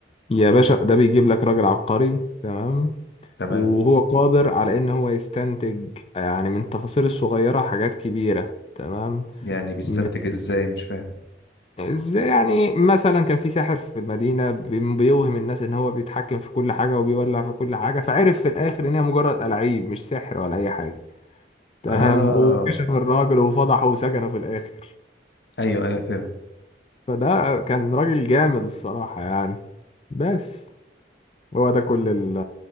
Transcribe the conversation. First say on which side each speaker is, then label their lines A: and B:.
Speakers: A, on the left; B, on the left.
A: يا باشا ده بيجيب لك راجل عبقري تمام
B: تمام
A: وهو قادر على ان هو يستنتج يعني من التفاصيل الصغيرة حاجات كبيرة تمام
B: يعني بيستنتج
A: من
B: ازاي مش فاهم
A: ازاي يعني مثلا كان في ساحر في المدينة بي- بيوهم الناس ان هو بيتحكم في كل حاجة وبيولع في كل حاجة فعرف في الاخر ان هي مجرد ألاعيب مش سحر ولا اي حاجة تمام
B: اه
A: وكشف الراجل وفضحه وسجنه في الاخر
B: ايوه ايوه فهمت
A: فده كان راجل جامد الصراحة يعني بس هو ده كل ال-